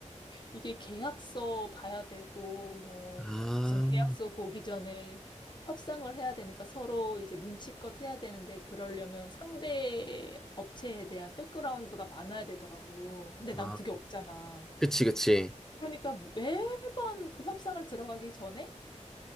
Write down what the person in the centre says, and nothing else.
아,
아,
그치, 그치.